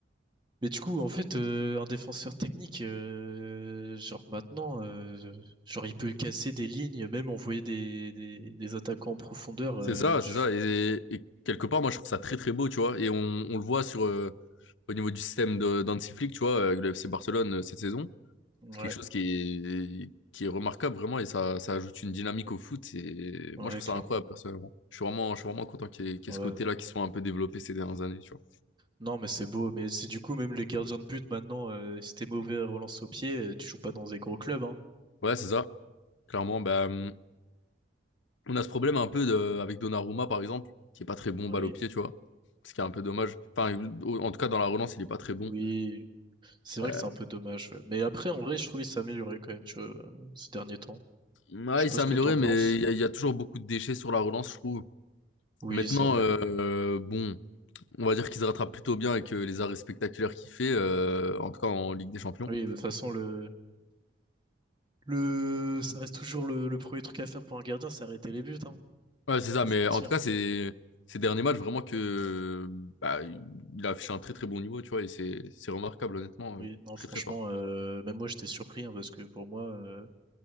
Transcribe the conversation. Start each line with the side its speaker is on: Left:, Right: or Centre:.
Right: Mais du coup, en fait, euh, un défenseur technique, euh, genre maintenant, euh, genre il peut casser des lignes, même envoyer des, des, des attaquants en profondeur.
Left: C'est
Right: euh,
Left: ça,
Right: je-
Left: c'est ça. Et, et quelque part, moi, je trouve ça très, très beau, tu vois. Et on, on le voit sur, euh, au niveau du système de- d'Hansi Flick, tu vois, euh, avec le FC Barcelone euh, cette saison.
Right: Ouais,
Left: C'est quelque chose qui est, qui est remarquable vraiment et ça, ça ajoute une dynamique au foot. Et
Right: ouais,
Left: moi, je trouve
Right: clairement.
Left: ça incroyable personnellement. Je suis vraiment, je suis vraiment content qu'il y ait, qu'il
Right: Ouais.
Left: y ait ce côté-là
Right: ouais.
Left: qui soit un peu développé ces dernières années. Tu vois.
Right: Non, mais c'est beau. Mais c'est du coup, même les gardiens de but, maintenant, euh, si t'es mauvais à relance au pied, euh, tu joues pas dans des gros clubs, hein.
Left: Ouais, c'est ça. Clairement, bah, hum, on a ce problème un peu de- avec Donnarumma, par exemple, qui est pas très bon
Right: Oui.
Left: balle au pied, tu vois. Ce qui est un peu dommage. Enfin, au- en tout cas, dans la relance, il est pas très bon.
Right: Oui, c'est vrai
Left: Euh,
Right: que c'est un peu dommage. ouais. Mais après, en vrai, je trouve qu'il s'est amélioré quand même, tu vois, euh, ces derniers temps.
Left: ouais,
Right: Je sais pas
Left: il s'est
Right: ce
Left: amélioré,
Right: que t'en penses.
Left: mais il y, a il y a toujours beaucoup de déchets sur la relance, je trouve.
Right: Oui,
Left: Maintenant,
Right: c'est vrai.
Left: euh, bon, on va dire qu'il se rattrape plutôt bien avec euh, les arrêts spectaculaires qu'il fait, euh, en tout cas en Ligue des Champions.
Right: Oui, de toute façon, le, le, ça reste toujours le, le premier truc à faire pour un gardien, c'est arrêter les buts, hein.
Left: Ouais, c'est ça,
Right: Pas
Left: mais
Right: se mentir,
Left: en tout cas,
Right: hein.
Left: c'est ces derniers matchs, vraiment que bah, il a affiché un très très bon niveau, tu vois, et c'est c'est remarquable, honnêtement,
Right: Oui,
Left: euh,
Right: non,
Left: très
Right: franchement,
Left: très fort.
Right: euh, même moi, j'étais surpris, hein, parce que pour moi, euh,